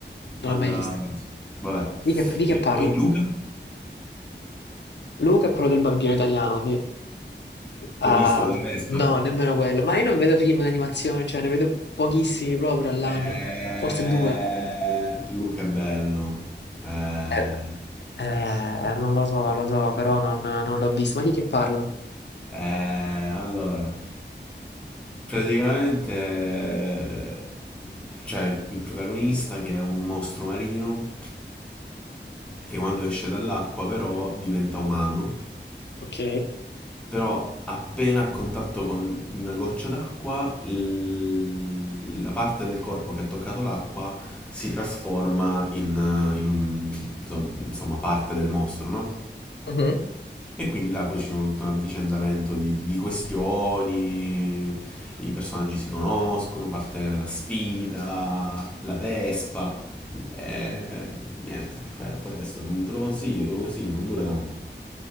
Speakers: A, on the left (about 70°); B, in the centre.
A: non
B: Panda
A: l'ho mai visto.
B: rosso. Vabbè.
A: Di che, di che
B: E
A: parla?
B: poi Luca?
A: Luca è quello del bambino italiano, sì. Ah,
B: L'hai visto con la Vespa?
A: no, nemmeno quello. Ma io non vedo film d'animazione, cioè ne vedo pochissimi proprio all'anno,
B: Eh,
A: forse due.
B: Luca è bello. Eh,
A: Eh, eh, non lo so, lo so, però non, non l'ho visto. Ma di che parla?
B: eh, allora, praticamente eh, c'è il protagonista che è un mostro marino che quando esce dall'acqua però diventa umano,
A: Ok.
B: però appena a contatto con una goccia d'acqua, l- la parte del corpo che ha toccato l'acqua si trasforma in, in, insomma, parte del mostro, no?
A: Mhm.
B: E quindi là poi ci sono tutto un avvicendamento di, di- di questioni, i personaggi si conoscono, parte la sfida, la Vespa, e niente, fai questo, te lo consiglio, te lo consiglio, non dura tanto.